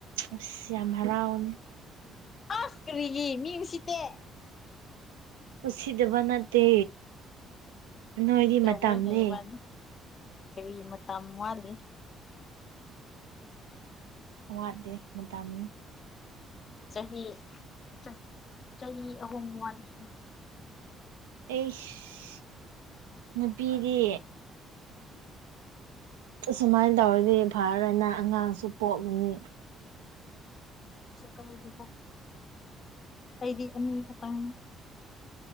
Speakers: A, on the right; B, on the left.
A: ꯑꯁ ꯌꯥꯝ ꯍꯔꯥꯎꯅꯤ
B: ꯑꯁ ꯀꯔꯤꯒꯤ ꯃꯤ ꯎꯁꯤꯠꯇꯦ
A: ꯎꯠꯁꯤꯗꯕ ꯅꯠꯇꯦ ꯅꯣꯏꯗꯤ
B: ꯀꯔꯤ ꯇꯧꯕ꯭ꯔꯅꯦ
A: ꯃꯇꯝꯅꯦ
B: ꯏꯕꯥꯅꯤ ꯀꯔꯤ ꯃꯇꯝ ꯋꯥꯠꯂꯤ
A: ꯋꯥꯗꯦ ꯃꯇꯝꯅꯤ
B: ꯆꯍꯤ ꯆꯥ ꯆꯍꯤ ꯑꯍꯨꯝ ꯋꯥꯠꯂꯤ
A: ꯑꯩꯁ ꯅꯨꯄꯤꯗꯤ ꯑꯁꯨꯃꯥꯏꯅ ꯇꯧꯔꯗꯤ ꯐꯔꯔꯣꯏꯅ ꯑꯉꯥꯡꯁꯨ ꯄꯣꯛꯅꯤ
B: ꯀꯩꯁꯨ ꯀꯥꯏꯗꯦꯗ ꯑꯩꯗꯤ ꯑꯅꯤ ꯈꯛꯇꯪꯅꯦ